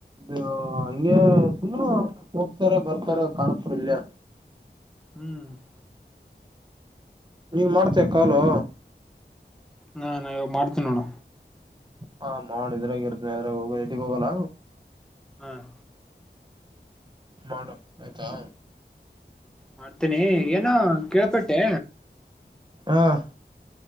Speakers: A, on the right; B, in the centre.
A: ಅ ಹಂಗೆ ಸುಮ್ಮ ಹೋಗ್ತಾರ ಬರ್ತಾರ ಕಾಣಪುರ್ ಇಲ್ಯ...
B: ಹ್ಮ್ <inaudible>
A: ನೀನ್ ಮಾಡ್ತೇ ಕಾಲು...
B: ಹಾಾನಾ ಇವಾಗ ಮಾಡ್ತೀನ ನೋಡ.
A: ಹಾ ಮಾಡಿದ್ರಾಗ ಇರ್ತೇನೆ ಅದ್ರಾಗ ಹೋಗ ಎಲ್ಲಿಗ್ ಹೋಗಲ್ಲ.
B: ಹಾ <inaudible>
A: ಮಾಡು ಆಯ್ತಾ...
B: ಮಾಡ್ತೇನಿ ಏನ ಕೇಳ್ಪಟ್ಟೆ...
A: ಹಾ <inaudible>